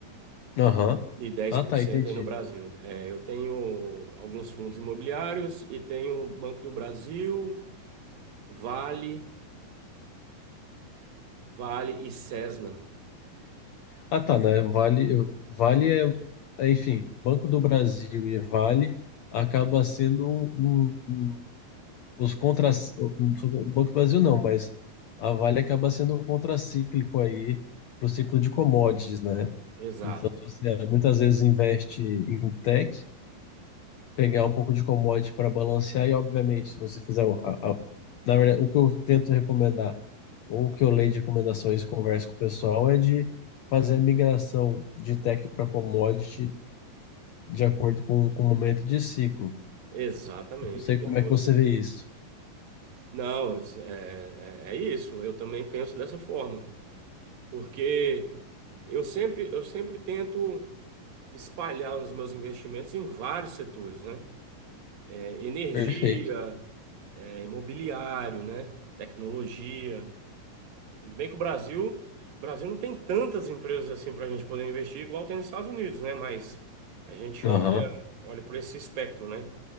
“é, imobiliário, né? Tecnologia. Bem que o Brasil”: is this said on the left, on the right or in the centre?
Right